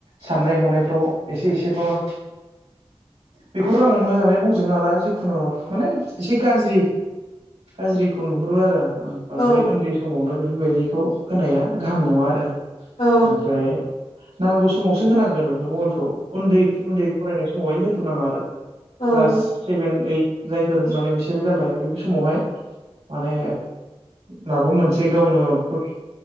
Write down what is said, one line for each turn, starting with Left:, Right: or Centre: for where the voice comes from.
Right: साननाय हनायफ्राव एसे एसेफ्रावनो बेखौथ' आं मोजाङै बुंजोबनो हाला जिखुनु माने एसे गाज्रि गाज्रिखौ नुहुरो आरो। आं बांद्राय
Left: औ
Right: उन्दै समावनो बे बेबायदिखौ होनाया गाहाम नङा आरो।
Left: औ
Right: ओमफ्राय। नांगौ समावसो होनांगोन बेफोरखौ मबाइलखौ। उन्दै उन्दै फरायनाय समावहाय होथ'नाङा आरो
Left: औ
Right: क्लास सेभेन, ओइद। जायफोर माने बिसोरो जाबाय बे समावहाय माने माबा मोनसे गावनो खुद